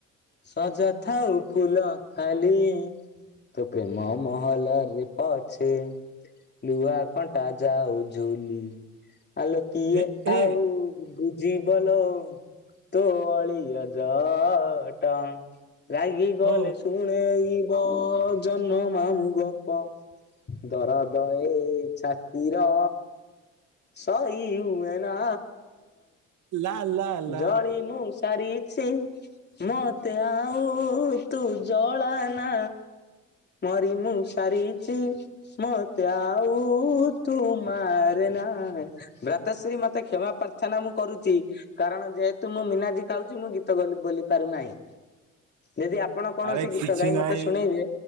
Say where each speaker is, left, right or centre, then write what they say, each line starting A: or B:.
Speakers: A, on the left; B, on the right.
A: ସଜା ଥାଉ ଫୁଲ ଖାଲି। <unintelligible> ତୋ ପ୍ରେମ ମହଲ ରେ ପଛେ ଲୁହା କଣ୍ଟା ଯାଉ ଝୁଲି। ଆଲୋ କିଏ
B: ଏ
A: ଆଉ
B: ଏ
A: ବୁଝିବ ଲୋ ତୋ ଅଳି ଅଝଟ। ରାଗି ଗଲେ
B: ହୋ
A: ଶୁଣେଇବ ଜହ୍ନ ମାମୁଁ ଗ ପ। ଦରଦ ଏ ଛା ତିର, ସହି ହୁଏନା।
B: ଲା ଲା ଲା
A: ଜଳି ମୁଁ ସାରିଛି, ମତେ ଆଉ ତୁ ଜଳା ନା। ମରି ମୁଁ ସାରିଚି ମତେ ଆଉ ତୁ ମା ରେ ନା। ଭ୍ରାତାଶ୍ରୀ ମତେ କ୍ଷମା ପ୍ରାର୍ଥନା ମୁଁ କରୁଚି। କାରଣ ଯେହେତୁ ମୁଁ ମିନାଜୀ ଖାଉଚି ମୁଁ ଗୀତ ବୋଲି ବୋଲି ପାରୁନାହିଁ। ଯଦି ଆପଣ କୌଣସି
B: ଆରେ
A: ଗୀତ
B: କିଛି
A: ଗାଇ
B: ନାହିଁ
A: ମତେ ଶୁଣେଇବେ